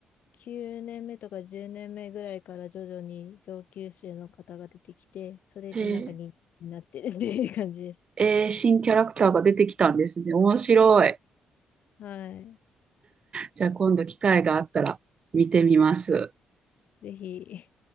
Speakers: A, on the left; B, on the right.
A: 9年目とか10年目ぐらいから徐々に上級生の方が出てきて、それでなんか人になってるっていう感じです。
B: へえ。えー、新キャラクターが出てきたんですね。面白い。
A: はい。
B: じゃあ今度機会があったら見てみます。
A: ぜひ、